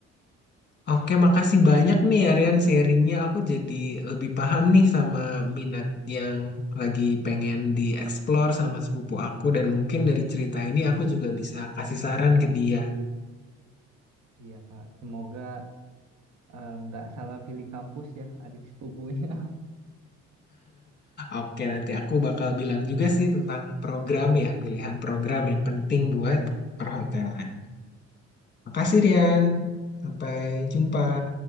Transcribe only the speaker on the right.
Iya, Kak. Semoga eh, nggak salah pilih kampus ya adik sepupunya.
<laughs>
Iya, benar.
Oke.